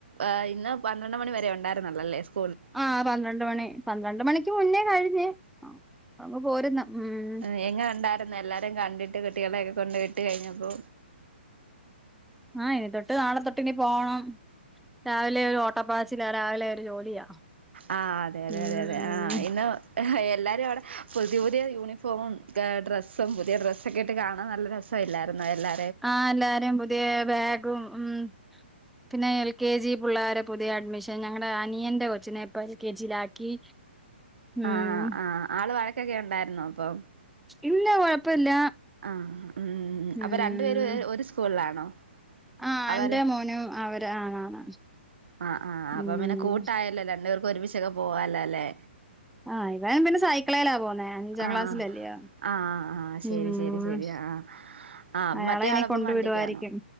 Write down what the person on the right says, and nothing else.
അ ഇന്ന് പന്ത്രണ്ട് മണി വരെ ഉണ്ടായിരുന്നൊള്ളല്ലേ സ്
തേങ്ങ വേണ്ട <unintelligible> ട്ടന്ന് എല്ലാരേം കണ്ടിട്ട് കുട്ടികളെയൊക്കെ കൊണ്ട് വിട്ട് കയിഞ്ഞപ്പൊ.
ആഹ് അതെ അതെ
അതെ ആഹ് ഇന്ന്. എല്ലാരു അവടെ പുതിയ പുതിയ യൂണിഫോമും ഗ ഡ്രസ്സും പുതിയ ഡ്രസ്സൊക്കെ ഇട്ട് കാണാ നല്ല രസ സ ഇല്ലായിര്ന്നൊ എല്ലാ
ആഹ് ആഹ് ആള് വഴക്കൊക്കെ ഉണ്ടായിര്ന്നോ അപ്പൊം.
ആഹ് ഉം അപ്പ
രണ്ടു പേര് ഒര് സ്കൂൾലാണോ.
അവര്
ആഹ് ആഹ് അപ്പ
പിന്നെ കൂട്ടായല്ലോ രണ്ടുപേർ ക്കൊരുമിച്ചൊക്കെ പോവാല്ലോ ല്ലേ.
ആഹ്
ആഹ് ആഹ് ശരി
ശരി ശരി ആഹ് ആഹ്
മറ്റേ ആളപ്പം
വണ്ടിക്കാണോ